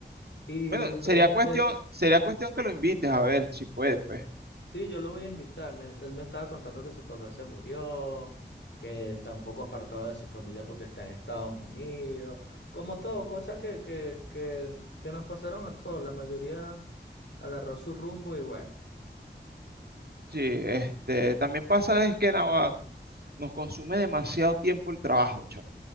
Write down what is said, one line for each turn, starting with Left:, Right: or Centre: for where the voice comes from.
Left: Y
Right: Bueno,
Left: me
Right: sería
Left: dijo,
Right: cuestión,
Left: me,
Right: sería cuestión que lo invites a ver si puede, pues.
Left: Sí, yo lo voy a invitar. Me- él me estaba contando que su papá se murió, que está un poco apartado de su familia porque está en Estados Unidos. Como todo, cosas que, que, que, que nos pasaron a todos. La mayoría agarró su rumbo y bueno.
Right: Sí, este, también pasa es que nada, nos consume demasiado tiempo el trabajo, chamo.